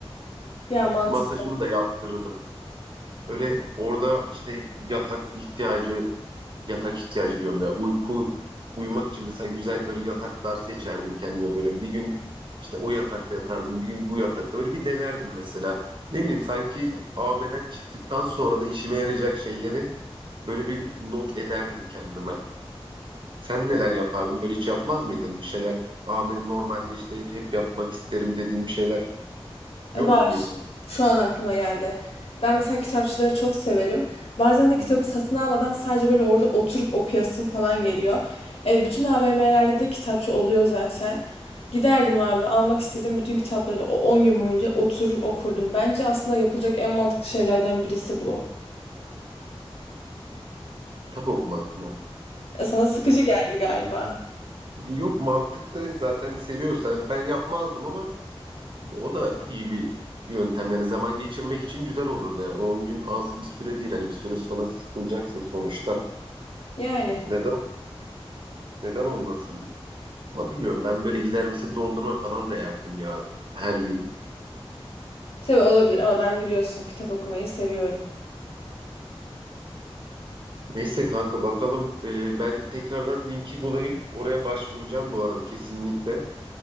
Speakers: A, on the left; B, on the right.
A: Ya mantıklı.
B: Masajımı da yaptırırdım. Öyle orada işte yatak ihtiyacı, yatak ihtiyacı diyorum ya. Uyku, uyumak için mesela güzel böyle yataklar seçerdim kendime böyle. Bir gün işte o yatakta yatardım, bir gün bu yatakta böyle bir denerdim mesela. Ne bileyim sanki AVM'den çıktıktan sonra da işime yarayacak şeyleri böyle bir not ederdim kendime. Sen neler yapardın? Böyle hiç yapmaz mıydın bir şeyler? AVM'de normalde işte hep, hep yapmak isterim dediğim şeyler yok
A: Var.
B: muydu?
A: Şu an aklıma geldi. Ben mesela kitapçıları çok severim. Bazen de kitabı
B: Hı hı.
A: satın almadan sadece böyle orada oturup okuyasım falan geliyor. E, bütün AVM'lerde de kitapçı oluyor zaten. Giderdim abi almak istediğim bütün kitapları o 10 gün boyunca oturur okurdum. Bence aslında yapılacak en mantıklı şeylerden birisi bu.
B: Kitap okumak mı?
A: E, sana sıkıcı geldi galiba.
B: Yok mantıklı zaten seviyorsan ben yapmazdım ama o da iyi bir yöntem yani zaman geçirmek için güzel olurdu yani 10 gün az bir süre değil hani bir süre sonra sıkılacaksın sonuçta
A: Yani.
B: neden neden olmasın ama bilmiyorum ben böyle gider mesela dondurma falan da yerdim ya her gün
A: Tabii olabilir ama ben biliyorsun kitap okumayı seviyorum.
B: neyse kanka bakalım Ee, ben tekrardan linki bulayım oraya başvuracağım bu arada kesinlikle